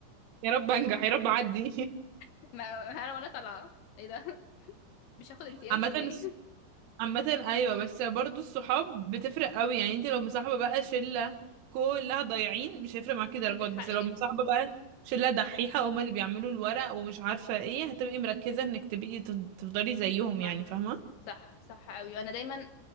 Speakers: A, on the right (about 80°); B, on the left (about 75°).
A: يا رب انجح يا رب اعدي
B: <laughs> ما انا وانا طالعه ايه ده مش هاخد
A: <laughs>
B: امتياز
A: عامه
B: ازاي
A: عامة ايوه بس برضو الصحاب بتفرق قوي يعني انت لو مصاحبة بقى شلة كلها ضايعين مش هيفرق معاكي درجات
B: عندك حق
A: بس لو
B: جدا
A: مصاحبة بقى شلة دحيحة هما اللي بيعملوا الورق ومش عارفة ايه هتبقي مركزة انك تبقي تف- تفضلي زيهم
B: عندك
A: يعني فاهمة
B: صح صح قوي وانا دايما